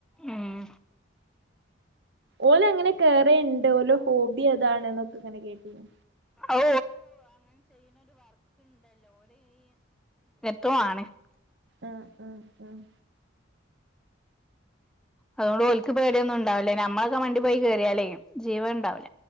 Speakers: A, in the centre; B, on the right.
A: ഉം
B: ഓല അങ്ങനെ കേറേൻഡ് ഓലോ ഹോബി അതാണ് എന്നൊക്കെ ഇങ്ങനെ കേട്ടിനി
A: ഔ ഓല് !!!!!!!!!!
B: ആഹ് ആഹ് ആഹ്
A: അതോട് ഓൽക്ക് പേടിന്നും ഉണ്ടാവില്ല നമ്മളക്കെ മണ്ടി പോയി കേറിയാലേ ജീവൻണ്ടാവുല.